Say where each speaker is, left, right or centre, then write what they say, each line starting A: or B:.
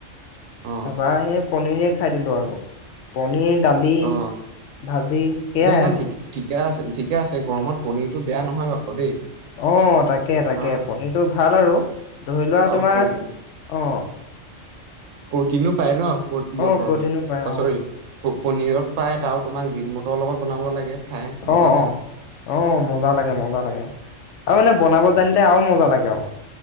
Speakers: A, on the right; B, on the left.
A: অ
B: তাৰাপা এই পনীৰে খাই দিলো আৰু, পনিৰ, দালি,
A: অ
B: ভাজি সেয়াই
A: নাই নাই
B: আৰু
A: ঠিকে আছে, ঠিকে আছে গৰমত পনীৰটো বেয়া নহয় বাপ দেই।
B: অঁ তাকে
A: তোমাৰ
B: তাকে পনীৰটো ভাল আৰু ধৰি লোৱা
A: আৰু
B: তোমাৰ
A: পনী
B: অঁ
A: প্ৰটিনো পায় ন মটৰত
B: অ প্ৰটিনো পায়
A: অ চৰি পনীৰৰ। পায় ত আৰু তোমাক গ্ৰীণ মটৰ লগত বনাব লাগে। খাই মজা
B: অ
A: লাগে।
B: অ অ মজা লাগে, মজা লাগে। আৰু মানে বনাব জানিলে আৰু মজা লাগে আৰু।